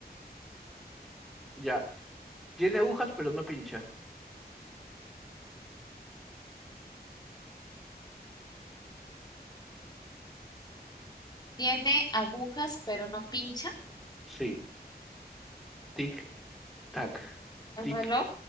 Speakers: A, in the centre; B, on the left.
A: ya. Tiene agujas, pero no pincha.
B: Tiene agujas, pero no pincha.
A: Sí. Tic, tac. Tic.
B: El reloj.